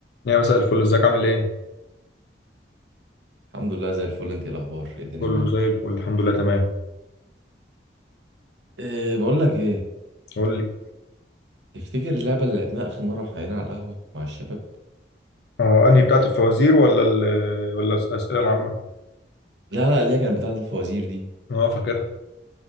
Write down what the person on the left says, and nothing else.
يا مساء الفل ازيك عامل ايه؟
كله
زي الفل الحمد لله تمام
قول لي
اه انهي بتاعت الفوازير ولا ال ولا الأسئلة العامة؟
اه فاكرها